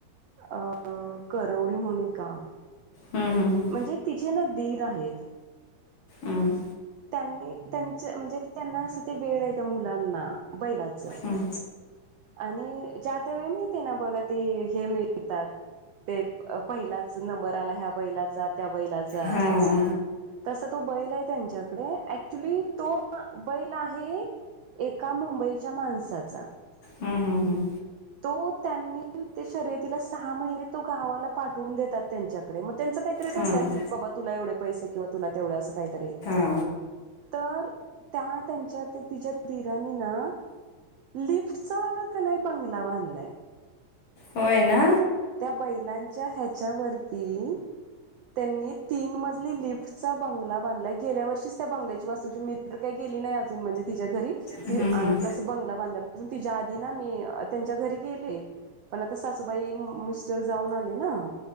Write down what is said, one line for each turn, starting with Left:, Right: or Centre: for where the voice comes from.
Right: अ करवडी म्हूणन गाव आहे
Left: हम्म हम्म. हम्म.
Right: म्हणजे, तिचे ना दीर आहेत.
Left: हम्म.
Right: त्यांनी त्यांच म्हणजे त्यांना असं ते वेड आहेे त्या मुलांना, बैलाचं
Left: हं.
Right: आणि ज्या वेळेत माहिती ना बघा ते हे मिळतात ते पहिलाच पाहिलाच नंबर आला, ह्या बैलाचा त्या बैलाचा
Left: बैलाचा
Right: तसा तो बैल आहे त्यांच्याकडे, ऍक्च्युली तो बैल आहे एका मुंबईच्या माणसाचा
Left: हम् हम हम.
Right: तो त्यांनी ते शर्यतीला सहा महिने तो गावाला पाठवून देतात त्यांच्याकडे, मग त्यांच काहीतरी ठरलं
Left: हां
Right: असेल बाबा तुला एवढे पैसे, किंवा तुला तेवढं असं काहीतरी
Left: हा.
Right: तर त्या त्यांच्या ते तिच्या दिराणी ना. लिफ्टचा कणीय बंगला बांधलाय.
Left: होय ना,
Right: त्या बैलांच्या ह्याच्यावरती, त्यांनी तीन मजली लिफ्टचा बंगला बांधलाय, गेल्या वर्षीच त्या बंगल्याची वास्तूची शांती मी तर काही गेली नाही अजून म्हणजे तिच्या घरी
Left: हम्म हम्म
Right: तस बंगला बांधल्यापासून, तिच्या आधी ना मी त्यांच्या घरी गेले पण आता सासूबाई, मिस्टर जाऊन आले ना.